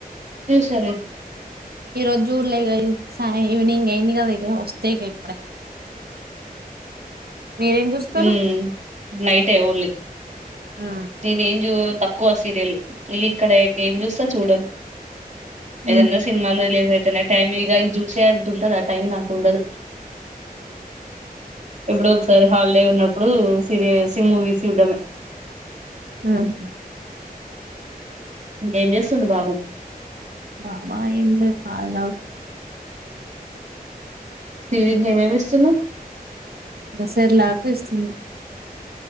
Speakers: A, on the right; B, on the right.
A: సరే
B: ఈ రోజు చూడ్లే ఈగ సా ఈవినింగ్ అయింది కదా ఇ వస్తాయి ఇక ఇప్పుడే మీరేం చూస్తారు
A: హ్మ్మ్ నైట్ే ఓన్లీ
B: ఉహు
A: నేను ఏం చూ తక్కువ సీరియల్ లు ఇక్కడ ఏం చూస్తా చూడున్ ఏదన్నా
B: ఉహు
A: సినిమాాల రిలీజస్ అయితేనే టైమ్ ఇక ఈ జ్యూసే అంత ఉంటందా టైమ్ నాకు ఉండదు ఎప్పుడో ఒకసారి హాలిడే ఉన్నప్పుడు సీరియస్ మూవీస్ చూడడము
B: ఉహు
A: ఏం చేస్తుండు బాబు
B: బబా ఏం పల్లాతా
A: స్ీడికి ఏమేమి ఇస్తున్నాం
B: ఒక సారి లాగా ఇస్తున్నా